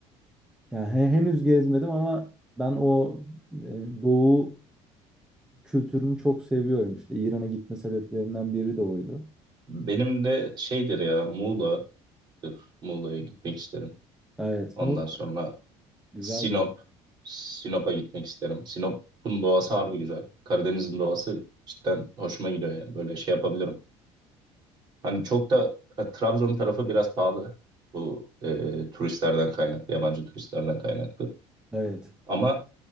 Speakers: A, in the centre; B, on the right.
A: Yani he- henüz gezmedim ama ben o e, doğu kültürünü çok seviyorum. İşte İran'a gitme sebeplerimden biri de oydu.
B: Benim de şeydir ya Muğla'dır. Muğla'ya gitmek isterim.
A: Evet,
B: Ondan
A: Muğla
B: sonra
A: güzel
B: Sinop.
A: bir yer.
B: Sinop'a gitmek isterim. Sinop'un doğası harbi güzel. Karadeniz'in doğası cidden hoşuma gidiyor yani. Böyle şey yapabilirim. Hani çok da e, Trabzon tarafı biraz pahalı. Bu e, turistlerden kaynaklı, yabancı turistlerden kaynaklı.
A: Evet.
B: Ama